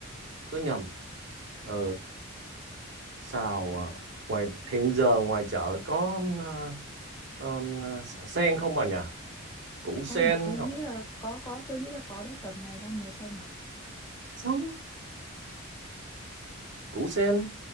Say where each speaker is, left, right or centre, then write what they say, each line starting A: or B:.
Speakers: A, on the right (about 55°); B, on the left (about 15°).
A: tớ nhầm ờ, xào à, ngoài hiện giờ ngoài chợ có à, ờm, à, sen không bà nhỉ củ sen
B: sen là tôi nghĩ
A: hoặc
B: là có có tôi nghĩ là có đấy tầm này đang mùa sen mà
A: sống củ sen